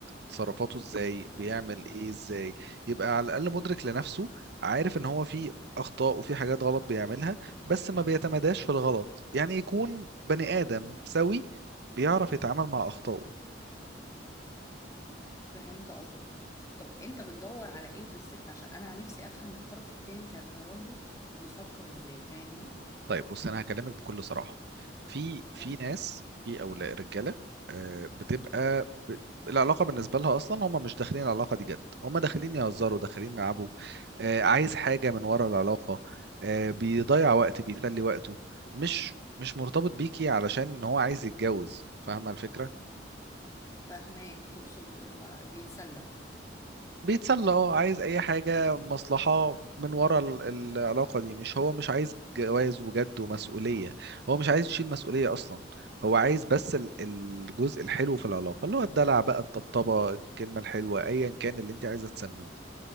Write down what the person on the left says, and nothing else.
فهمت قصدك طب انت بتدور على ايه في الست عشان انا نفسي افهم الطرف التاني ك- كراجل بيفكر ازاي فاهمني
تمام
فاهماك تقصد ما- بيتسلى